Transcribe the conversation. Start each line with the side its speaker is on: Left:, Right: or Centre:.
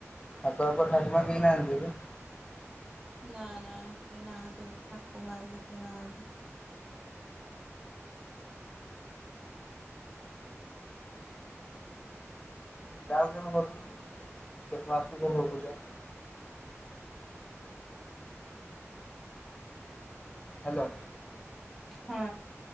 Left: ଠାକୁ ବାପା ଠାକୁମା କେହି ନାହାନ୍ତି ପା।
Centre: ନା ନା କେହି ନାହାନ୍ତି ଠାକୁମା ହେରିକା କେହି ନାହାନ୍ତି।
Left: <unintelligible> ହ୍ୟାଲୋ।
Centre: ହଁ।